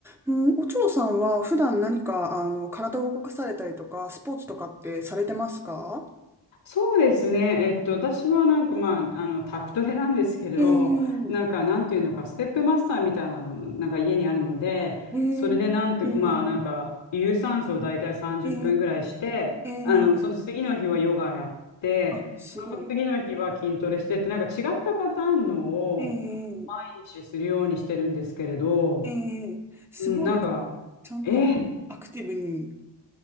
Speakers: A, in the centre; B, on the left.
A: うん、お嬢さんは普段何か、あの、体を動かされたりとか、スポーツとかってされてますか
B: そうですね。えっと、私はなんかまあ、あの、タクトレなんですけど、
A: ええ
B: なんか、なんていうのか、ステップマスターみたいなの、なんか家にあるので、
A: ええええ
B: それでなんて、まあ、なんか、有酸素を大体30分ぐらいして、
A: ええええ
B: あの、その次の日はヨガやって、
A: あ、すごい。
B: その次の日は筋トレしてって、なんか違ったパターンのを
A: ええ
B: 毎日するようにしてるんですけれど、
A: ええすごいですね。
B: うん、なんか、
A: ちゃんとアクティブに
B: えー